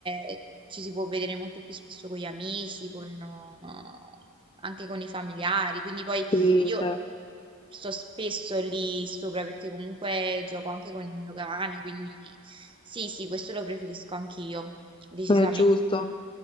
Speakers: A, on the right (about 25°); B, on the left (about 25°).
A: eh, ci si può vedere molto più spesso con gli amici, con, eh, anche con i familiari. Quindi poi
B: sì,
A: io
B: cioè,
A: sto spesso lì sopra perché comunque gioco anche con il mio cane, quindi sì, sì, questo lo preferisco anch'io, decisamente.
B: è giusto.